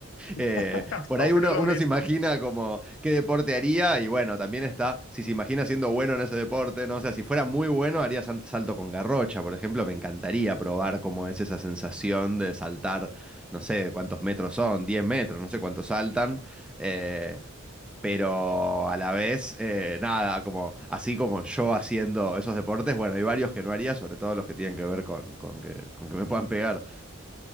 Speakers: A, in the centre; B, on the left.
A: Eh,
B: <laughs>
A: por
B: Opino
A: ahí uno,
B: lo
A: uno
B: mismo.
A: se imagina como qué deporte haría y bueno, también está, si se imagina siendo bueno en ese deporte, ¿no? O sea, si fuera muy bueno, haría sal- salto con garrocha, por ejemplo, me encantaría probar cómo es esa sensación de saltar, no sé cuántos metros son, 10 metros, no sé cuántos saltan. Eh, pero a la vez, eh, nada, como así como yo haciendo esos deportes, bueno, hay varios que no haría, sobre todo los que tienen que ver con, con que, con que me puedan pegar.